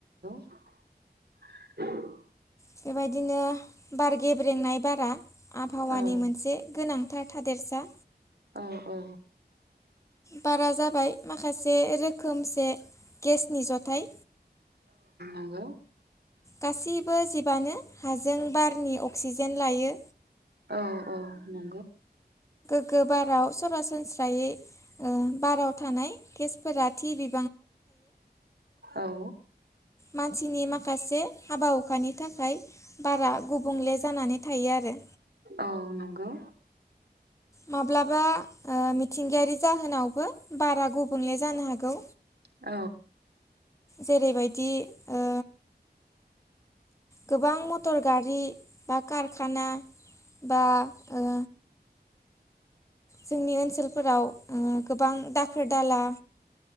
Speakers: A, on the right; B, on the left.
A: <unintelligible>
B: बेबायदिनो बार गेब्रेंनाय बारा आबहावानि
A: औ
B: मोनसे गोनां थादेरसा।
A: औ औ।
B: बारा जाबाय माखासे रोखोमसे गेसनि जथाय
A: नोंगौ
B: गासैबो जिबानो हाजों बारनि अक्सिजेन लायो
A: औ औ नं
B: गो बाराव सरासनस्रायै ओ बाराव थानाय केसफोरा थि बि
A: औ
B: मानसिनि माखासे हाबा हुखानि थाखाय बारा गुबुंले जानानै थायो आरो।
A: औ नंगौ
B: माब्लाबा ओ मिथिंगायारि जाहोनावबो बारा गुबुंले जानो हागौ
A: औ
B: जेरैबायदि ओ गोबां मथ- मटर गारि बा कारखाना बा ओ जोंनि ओनसोलफोराव ओ गोबां दाखोर दाला